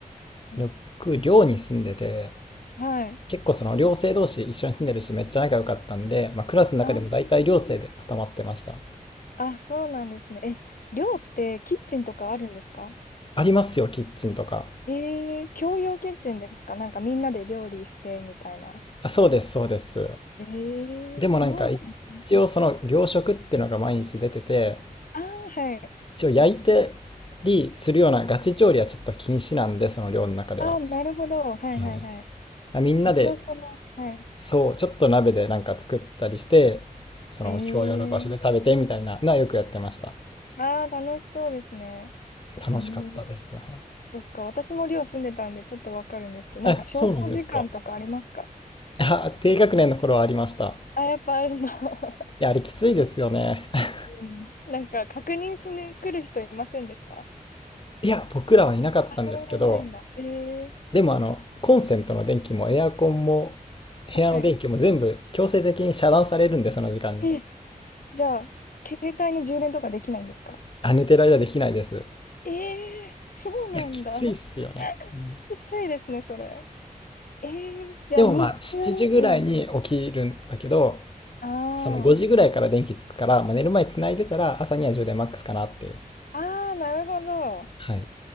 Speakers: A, on the left; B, on the left.
A: そう。
B: いや僕、寮に住んでて、
A: はい。
B: 結構その寮生同士一緒に住んでるし、めっちゃ仲良かったんで、まあ、クラスの中でも大体寮生で固まってました。
A: あ、あ、そうなんですね。え、寮ってキッチンとかあるんですか
B: ありますよ、キッチンとか。
A: えー、共用キッチンですかなんかみんなで料理してみたいな。
B: あそうです、そうです。
A: えー、
B: でもなんか
A: そうなのかな
B: 一応その糧食っていうのが毎日出てて、
A: ああー、はい。
B: 一応焼いてりするようなガチ調理はちょっと禁止なんで、その寮の中では。
A: ああ、なるほど。はいはいはい。
B: はい。あみんなで、
A: 一応その、はい。
B: そう、ちょっと鍋でなんか作ったりして、その共用の場所で食べてみたいなのはよくやってました。
A: えー、ああ、楽しそうですね。
B: 楽しかったです。
A: えー、
B: はい。
A: そっか、私も寮住んでたんでちょっとわかるんですけど、なんか消灯時間とかありますか
B: え、そうなんですか。あ、低学年の頃はありました。
A: あ、やっぱあるんだ。<laughs>
B: いや、あれきついですよね。<laughs>
A: うん。<laughs> なんか確認しに来る人いませんでした
B: いや、僕らはいなかったんですけど、
A: あ、それはいないんだ。えー、
B: でもあの、コンセントの電気もエアコンも部屋の電気も全部強制的に遮断されるんで、
A: はい。
B: その時間に。
A: え、じゃあ、携帯の充電とかできないんですか
B: あ、寝てる間できないです。
A: ええー、そうなんだ。
B: いや、きついっすよね。
A: <laughs>
B: うん
A: きついですね、それ。ええー、じゃあ日中、
B: でもまあ、7時ぐらいに起きるんだけど、
A: うん。あ
B: その5時ぐらいから電気つくから、まあ、寝る前繋いでたら朝には充電マックスかなっていう。
A: あ、ああ、なるほど。
B: はい。